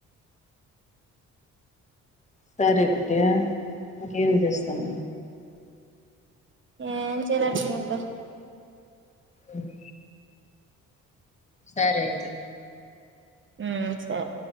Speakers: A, on the left; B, on the right.
A: సరే కుట్టి ఇంకేం చేస్తాము
B: ఏం చెయ్యలేం ఇంకా
A: మ్మ్ సరే అయితే
B: మ్మ్ సర్